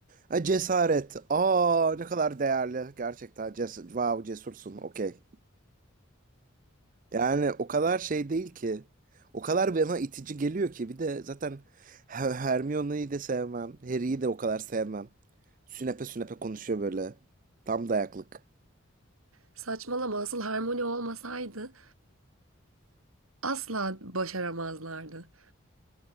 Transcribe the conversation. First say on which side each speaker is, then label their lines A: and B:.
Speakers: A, on the right; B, on the right.
A: Ha, cesaret. Aa ne kadar değerli. Gerçekten ces wow, cesursun. Okey. Yani o kadar şey değil ki. O kadar bana itici geliyor ki. Bir de zaten Her- Hermione'yi de sevmem. Harry'yi de o kadar sevmem. Sünepe sünepe konuşuyor böyle. Tam dayaklık.
B: Saçmalama asıl Harmony olmasaydı asla başaramazlardı.